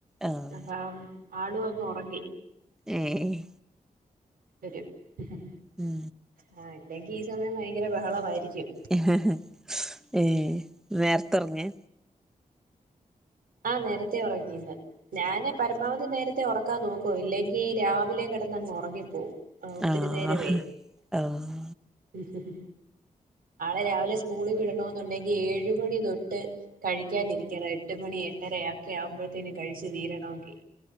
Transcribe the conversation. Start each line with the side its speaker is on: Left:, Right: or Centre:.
Centre: ആഹ്
Right: അപ്പം ആള് വന്ന് ഒറങ്ങി
Centre: ഏഹ് ഏഹ്
Right: ഒരു ഹ് ഹ് ഹ്
Centre: ഉം
Right: ഹാ ഇല്ലെങ്കി ഈസമയം ഭയങ്കെര ബഹളവായിരിക്കും
Centre: എഹ്ഹ്ഹ് ഏഹ് നേര്ത്തെ ഒറങ്ങേ
Right: ആഹ് നേരെത്തെ ഒറങ്ങി ഇന്ന് ഞാന് പരമാവധി നേര ത്തെ ഒറക്കാൻ നോക്കും ഇല്ലെങ്കി രാവിലെ കെടന്നങ്ങ് ഒറങ്ങിപ്പോവും ആഹ് ഒത്തിരി
Centre: ആഹ്
Right: നേരവേ
Centre: ആഹ്
Right: ഉംഹ്ഹ് ആളെ രാവിലെ സ്കൂള് വിടണോം എന്നുണ്ടെങ്കി ഏഴ് മണിതൊട്ട് കഴിക്കാനിരിക്കണം എട്ട്മണി എട്ടെരെയാക്കെ ആവുമ്പഴ്ത്തേന് കഴിച്ച് തീരണോങ്കി